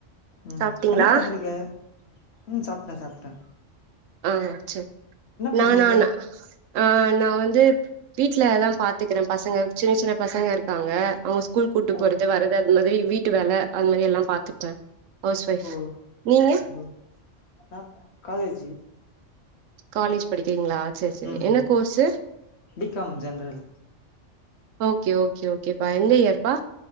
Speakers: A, on the left (about 60°); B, on the right (about 90°).
A: ம்
B: சாப்ட்டீங்களா
A: என்ன பண்றீங்க ம் சாப்ட சாப்ட
B: ஆ செ நானா
A: பண்றீங்க
B: ஆ நா வந்து வீட்லதா பாத்துக்கிற பசங்க சின்ன சின்ன பசங்க இருக்காங்க அவுங்க ஸ்கூல் கூப்ட்டு
A: ஓ
B: போறது வரது அது மாதிரி வீட்டு வேல அது மாரி எல்லாம் பாத்துப்பே ஹவுஸ் வைஃப்
A: ஓ
B: நீங்க
A: ஓ நா காலேஜி
B: காலேஜ் படிக்கிறீங்களா செர் செரி
A: ம்
B: என்ன
A: ம்
B: course
A: B com general
B: okay okay ஓகேப்பா எந்த இயர்பா